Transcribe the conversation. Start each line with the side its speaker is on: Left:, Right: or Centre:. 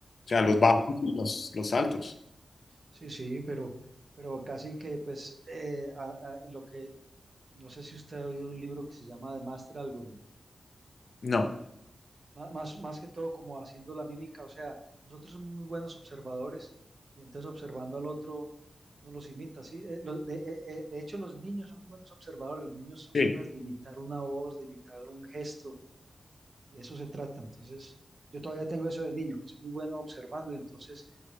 Left: O
Right: Sí,
Left: sea, los bajos y los, los altos.
Right: sí, sí, pero, pero casi que, pues, eh, a- a- lo que, no sé si usted ha oído un libro que se llama The Master Algorithm,
Left: No,
Right: Ma- más, más que todo como haciendo la mímica, o sea, nosotros somos muy buenos observadores y entonces observando al otro, uno los imita, sí, Eh, lo- de, eh, eh, de hecho los niños son muy buenos observadores, los niños son
Left: sí.
Right: capaces de imitar una voz, de imitar un gesto, de eso se trata, entonces yo todavía tengo eso de niño, que es muy bueno observando y entonces